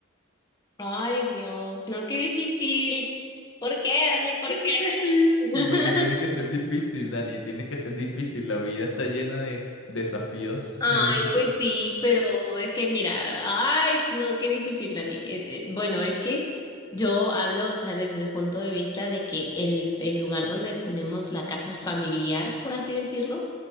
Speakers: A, on the left; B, on the left.
A: Ay, Dios, no, qué difícil. ¿Por qué, Dani? ¿Por
B: Es
A: qué?
B: difícil,
A: <laughs>
B: porque tiene que ser difícil, Dani, tiene que ser difícil. La vida está llena de desafíos
A: Ay,
B: muy difíciles.
A: pues sí, pero es que mira, ay, no, qué difícil, Dani. Eh, eh, bueno, es que yo hablo, o sea, desde el punto de vista de que el, el lugar donde tenemos la casa familiar, por así decirlo,